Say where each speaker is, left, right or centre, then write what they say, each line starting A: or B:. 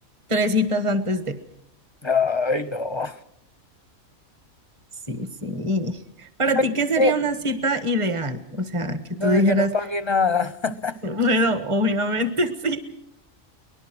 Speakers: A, on the right; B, on the left.
A: tres citas antes de.
B: Ay, no.
A: Sí, sí. Para
B: Pues
A: ti, ¿qué
B: es
A: sería
B: que
A: una cita ideal? O sea, que
B: donde
A: tú dijeras,
B: yo no pagué nada. <laughs>
A: bueno, obviamente <laughs> sí.